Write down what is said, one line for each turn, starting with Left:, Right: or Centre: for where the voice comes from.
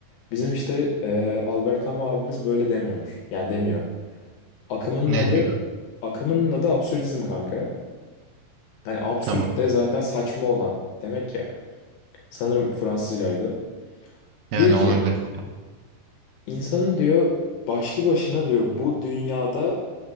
Left: Bizim işte eee, Albert Camus abimiz böyle demiyormuş. Yani demiyor. Akımının
Right: Ne
Left: adı
Right: diyor?
Left: akımının adı absürdizm kanka. Hani absürt
Right: Tamam
Left: de zaten saçma olan demek ya. Sanırım Fransızcaydı.
Right: yani
Left: Diyor ki
Right: olabilir. mi?
Left: insanın diyor başlı başına diyor bu dünyada